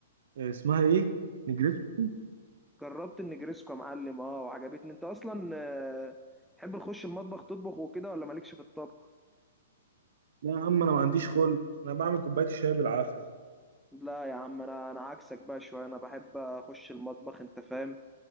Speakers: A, on the right (about 65°); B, in the centre.
A: اسمها ايه نجريسكو
B: جربت النجريسكو يا معلم اه وعجبتني انت اصلا آه، تحب تخش المطبخ تطبخ وكده ولا مالكش في الطبخ
A: لا يا عم انا ما عنديش خلق انا بعمل كوبايه الشاي بالعافيه
B: لا يا عم انا انا عكسك بقى شويه انا بحب اخش المطبخ انت فاهم